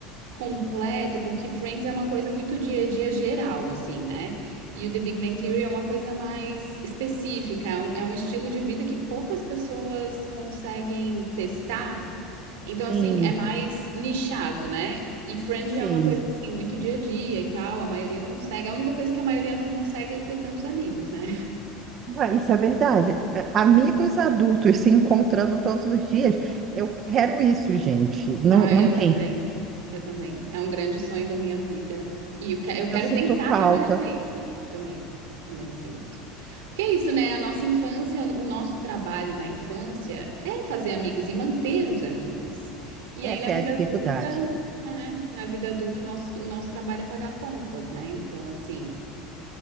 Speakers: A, on the right; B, on the right.
A: completo, porque Friends é uma coisa muito dia a dia geral, assim, né? E o The Big Bang Theory é uma coisa mais específica. É um, é um estilo de vida que poucas pessoas conseguem testar. Então,
B: Sim,
A: assim, é mais nichado, né? E Friends
B: sim.
A: já é uma coisa, assim, muito dia a dia e tal, a maioria consegue. A única coisa que a maioria não consegue é ter tantos amigos, né?
B: Ah, Isso é verdade. A- Amigos adultos se encontrando todos os dias, eu quero isso, gente. Não,
A: Não,
B: não
A: eu
B: tem.
A: também. Eu também. É um grande sonho da minha vida. E eu, que- eu
B: Eu
A: quero
B: sinto
A: tentar
B: falta.
A: trabalhar para isso também. Também sinto. Porque é isso, né? A nossa infância, o nosso trabalho na infância é fazer amigos e manter os amigos. E
B: Essa
A: aí na vida
B: é a dificuldade,
A: adulta, é, na vida adulta, o nosso, o nosso trabalho é pagar contas, né? Então, assim.